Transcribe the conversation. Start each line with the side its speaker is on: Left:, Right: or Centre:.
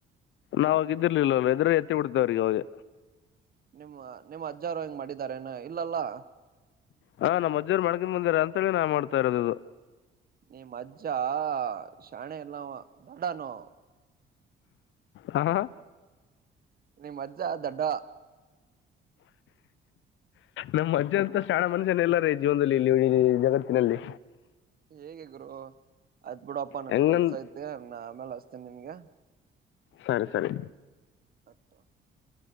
Left: ನಾವ್ಾಗಿದ್ದಿರ್ಲಿಲ್ಲಲ್ಲ ಇದ್ರೆ ಎತ್ತಿ ಬಿಡ್ತವೆ ಅವ್ರಿಗೆ ಅವೆಗೆ.
Right: ನಿಮ್ಮ ನಿಮ್ಮ್ ಅಜ್ಜಾರು ಹೆಂಗ್ ಮಾಡಿದಾರ ಏನ ಇಲ್ಲಲ್ಲಾ
Left: ಹಾ ನಮ್ಮಜ್ಜರ್ ಮಡಿಕೊಂಡ ಬಂದರ ಅಂತ ಹೇಳಿ ನಾ ಮಾಡ್ತಾ ಇರೋದು ಅದು.
Right: ನೀಮ್ ಅಜ್ಜ ಶಾಣೆ ಅಲ್ಲ ಅವ ದಡನು.
Left: ಹಾ ಹ ಹಾ.
Right: ನಿಮ್ ಅಜ್ಜ ದಡ್ಡ.
Left: ನಮ್ಮಜ್ಜ ಅಂತ ಶಾಣಾ ಮನುಷ್ಯನ ಇಲ್ಲರಿ ಜೀವನದಲ್ಲಿ ಇಲ್ಲಿ ಜಗತ್ತಿನಲ್ಲಿ.
Right: ಹೇಗೆ ಗುರು ಆಯ್ತ್ ಬಿಡಪ್ಪಾ ನನ್
Left: ಹೆಂಗಂದ್
Right: ಕೆಲ್ಸ ಐತೆ ನ ಆಮೇಲೆ ಅಸ್ತೇನಿ ನಿನ್ಗ.
Left: ಸರಿ ಸರಿ.
Right: <unintelligible>